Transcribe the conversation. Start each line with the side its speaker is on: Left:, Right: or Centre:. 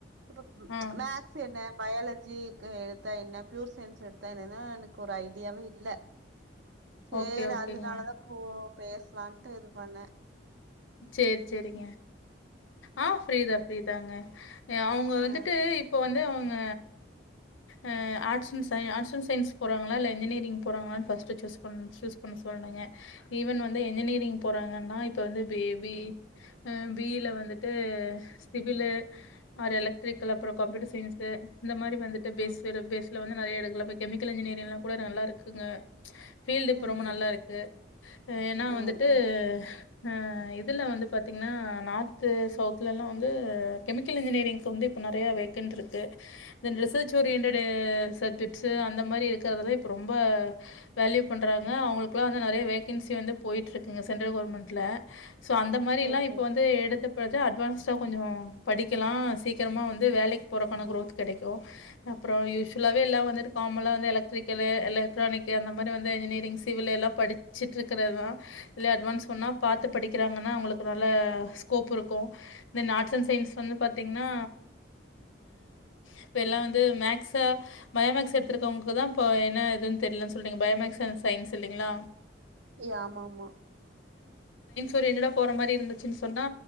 Right: இப்ப
Left: ஆ
Right: மேக்ஸ் என்னே பயாலஜிகு எடுத்தா என்ன பியூர் சயின்ஸ் எடுத்த னன்னா எனக்கு ஒரு ஐடியாவே இல்ல சரி
Left: ஓகே ஓகேங்க
Right: அதனாலதான் கோ பேசலாம்ட்டு இது பண்ணே
Left: சரி சரிங்க ஆஹ் ஃப்ரீதான் ஃப்ரீதாங்க அவங்க வந்துட்டு
Right: ஆ
Left: இப்போ வந்து அவங்க ஆஹ் arts and science arts and science போறாங்களா இல்லை என்ஜினியரிங் போகறாங்களா ன்னு ஃபஸ்ட்டு சூஸ் பண்ண சூஸ் பண்ண சொல்லணுங்க இவன் வந்து என்ஜினியரிங் போறாங்கன்னா இப்போ வந்து பேபி பி இ ல வந்துட்டு சிவிலு ஆர் எலக் பிடிக்கல அப்ரோம்
Right: ம்
Left: கம்பியூட்டர் சயின்ஸ் த இந்த மாதிரி வந்துட்டு பேசறது
Right: ம்
Left: வேஸ்ட் இதுல வந்து நிறைய எடுக்கலாம் இப்ப கெமிக்கல் என்ஜினியரிங் லாம் கூட நல்லா இருக்குங்க ஃபீல்டு இப்போ
Right: ம்
Left: ரொம்ப நல்லாயிருக்கு
Right: ம்
Left: ஏன்னா.
Right: ம்
Left: வந்துட்டு
Right: ம்
Left: ஹம் இதுல வந்து பாத்தீங்கன்னா நார்த்து சவுத்லலாம் வந்து கெமிக்கல் இன்ஜினியரிங்க்கு வந்து இப்போ நிறைய வேக்கண்ட் இருக்கு தென் ரிசர்ச் ஓரியன்டட் சப்ஜெக்ட்ஸு அந்த மாதிரி இருக்கிறதெல்லாம் இப்போ ரொம்ப வேல்யூ பண்றாங்க அவங்களுக்குல்லாம் வந்து நிறைய வேகன்சி வந்து போயிட்டு இருக்குங்க சென்ட்ரல் கவர்மெண்ட்ல சோ அந்த மாதிரி
Right: சேரி
Left: எல்லாம்
Right: சேரி
Left: இப்ப வந்து எடுத்த ன்னா அட்வான்ஸ்டா கொஞ்ச படிக்கலா சீக்கிரமா வந்து வேலைக்கு போறதுக்கான க்ரோத் கிடைக்கும் அப்ரோம் யுஷீவலாவே எல்லாம் வந்துட்டு காமலா வந்து எலக்ட்ரிக்கலு எலக்ட்ரானிக் அந்த மாதிரி வந்து இன்ஜினியரிங் சிவில் எல்லாம் படிச்சுட்டுருக்கிறதான் இல்ல அட்வான்ஸ் வேனா பாத்து படிக் வக்கிறாங்கன்னா அவங்களுக்கு நல்லா ஸ்கோப் இருக்கும் தென் ஆர்ட்ஸ் அண்ட் சயின்ஸ் வந்து பாத்தீங்கன்னா இப்போ எல்லாம் வந்து மேக்ஸை பயோமேக்ஸ் எடுத்துருக்கவங்களுக்கு தான் இப்போ என்ன இதுன்னு தெரியிலன்னு சொல்ங்க பயோமக்ஸ் அண்ட் சயின்ஸ் இல்லைங்களா
Right: ஏ ஆமாமா
Left: ஒரியன்டடா போற மாதிரி இருந்துச்சுன் சொன்னா